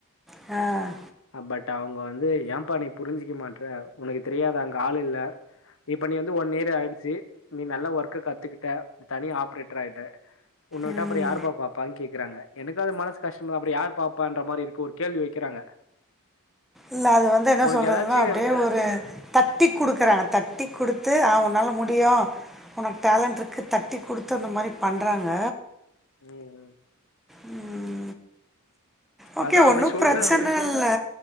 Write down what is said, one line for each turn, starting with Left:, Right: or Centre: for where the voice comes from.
Centre: அ
Left: பட் அவுங்க வந்து ஏம்பா நீ புரிஞ்சுக்க மாட்றே உனக்கு தெரியாது அங்க ஆள்யில்ல இப்ப நீ வந்து ஒன் இயர் ஆயிடுச்சு நீ நல்ல ஒர்க்க கத்துக்கிட்ட நீ தனியா ஆப்ரேட்டர் ஆயிட்ட உன்ன விட்ட
Centre: ம்.
Left: அப்றோ யாருப்பா பாப்பான்னு கேக்கறங்க எனக்கு அது மனசு கஷ்டமா அப்டி யாரு பாப்பான்ற மாரி இருக்கு ஒரு கேள்வி வைக்கிறாங்க
Centre: இல்ல அது வந்து என்ன
Left: உனக்கு
Centre: சொல்றதுன்னா
Left: ஏதாச்சு
Centre: அப்டியே ஒரு தட்டி குடுக்குறாங்க தட்டி குடுத்து ஆ உன்னால முடியு உனக்கு டேலண்ட்ருக்கு தட்டி குடுத்து அந்த மாரி பண்றாங்க
Left: ம்
Centre: க ம் ஓகே
Left: அதா அப்டி
Centre: ஒன்னு
Left: சொல்றாரு
Centre: பிரச்சனையில்ல